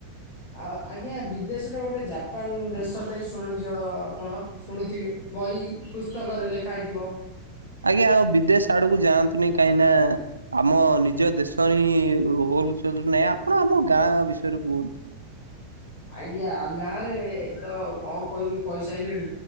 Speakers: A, on the left (about 45°); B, on the right (about 80°).
A: ଆଉ ଆଜ୍ଞା ବିଦେଶର ଗୋଟେ ଜାପାନ ଦେଶଟେ ଶୁଣିଯ ଆପଣ। ଶୁଣିଥିବେ ବହି ପୁସ୍ତକରେ ଲେଖା ଥିବ।
B: ଆଜ୍ଞା ଆଉ ବିଦେଶ ଆଡକୁ ଯାଆନ୍ତୁନି କାହିଁକ ନା। ଆମ ନିଜ ଦେଶ ହିଁ ହୋଲ <unintelligible> ଆପଣ ଆମ ଗାଁ ବିଷୟରେ କୁହନ୍ତୁ।
A: ଆଜ୍ଞା ଗାଁ ରେ ତ କଣ କହିବି କହିସାରିଲିଣି।